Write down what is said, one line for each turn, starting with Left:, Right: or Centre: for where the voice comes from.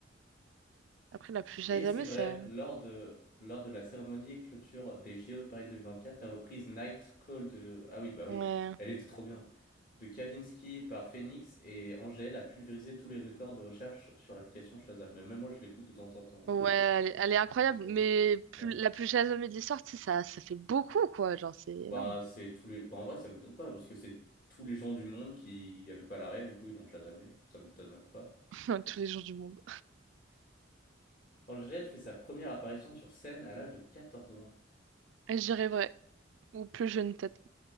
Right: Après, la plus Shazamée,
Left: Et c'est vrai,
Right: ça.
Left: lors de, lors de la cérémonie et clôture des JO de Paris quatre la reprise Night Call de... Ah oui, bah
Right: Ouais.
Left: oui, elle était trop bien. De Kavinsky par Phoenix et Angèle a pulvérisé tous les records de recherche sur l'application Shazam. Mais même moi, je l'écoute de temps en temps. Elle,
Right: Ouais, elle est, elle est incroyable,
Left: elle est belle.
Right: mais plus,
Left: Ouais.
Right: la plus Shazamée de l'histoire, tu sais, ça, ça fait beaucoup, quoi. Genre, c'est énorme.
Left: Bah, c'est tous les... Bah, en vrai, ça m'étonne pas, parce que c'est tous les gens du monde qui n'avaient pas la rêve, du coup, ils l'ont Shazamé. Ça m'étonne pas.
Right: <laughs> Tous les jours du monde.
Left: Angèle fait sa première apparition sur scène à l'âge de 14 ans.
Right: Et je dirais vrai. Ou plus jeune, peut-être.